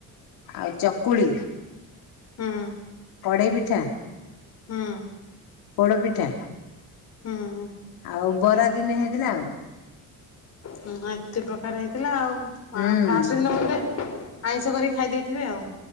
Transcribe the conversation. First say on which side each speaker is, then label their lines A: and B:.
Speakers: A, on the left (about 85°); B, on the left (about 45°).
A: ଆଉ ଚକୁଳି
B: ହୁଁ
A: କଡ଼େଇ ପିଠା।
B: ହୁଁ।
A: ପୋଡ ପିଠା
B: ହୁଁ।
A: ଆଉ ବରା ଦିନେ ହେଇଥିଲା ଆଉ।
B: ହୁଁ ଏତେ ପ୍ରକାର ହେଇଥିଲା ଆଉ
A: ହୁଁ
B: ଆଉ ଫାଷ୍ଟ ଦିନ ବୋଧେ। ଆଇଁଷ କରିକି ଖାଇ ଦେଇଥିବେ ଆଉ।